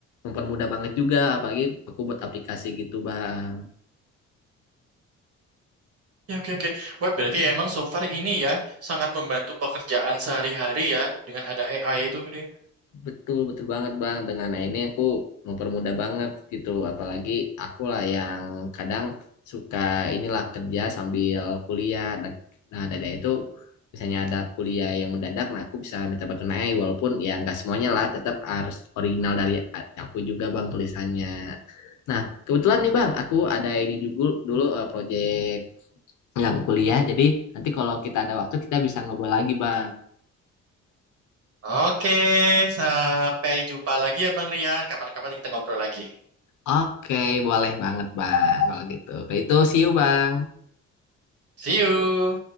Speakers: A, on the left; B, on the right.
A: mempermudah banget juga apalagi aku buat aplikasi gitu Bang.
B: Ya, oke, oke. Wah, berarti emang so far ini ya sangat membantu pekerjaan sehari-hari ya dengan ada AI itu. gitu.
A: Betul, betul banget Bang. Dengan nah, ini aku mempermudah banget gitu. Apalagi aku lah yang kadang suka inilah kerja sambil kuliah. Dan- Nah, dari itu misalnya ada kuliah yang mendadak, nah aku bisa minta bantu naik walaupun ya nggak semuanya lah, tetap harus original dari a- aku juga Bang tulisannya. Nah, kebetulan nih Bang, aku ada ini juga dulu eh, project yang kuliah. Jadi nanti kalau kita ada waktu kita bisa ngobrol lagi Bang.
B: Oke, sampai jumpa lagi ya Bang Rian. Kapan-kapan kita ngobrol lagi.
A: Oke, boleh banget Bang kalau gitu. Kayak itu, see you Bang.
B: See you.